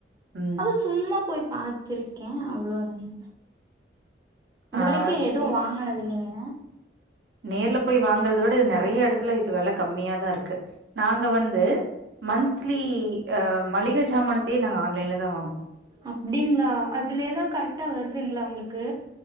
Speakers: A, on the right (about 80°); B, on the right (about 20°).
A: ம்
B: அது சும்மா போய் பார்த்திருக்கே அவ்ளோதாங்க இது
A: ஆ
B: வரைக்கு எதுவு
A: இ
B: வாங்கனது இல்லிங்க
A: நேர்ல போய் வாங்கறத விட நெறைய எடத்துல இது வெல கம்மியாதா இருக்கு நாங்க வந்து மந்த்லி அ மளிக ஜாமானத்தையே நாங்க ஆன்லைன்லதா வாங்குவோ
B: அப்டிங்ளா அதுல எல்லா கரெட்டா வருதுங்ளா உங்ளுக்கு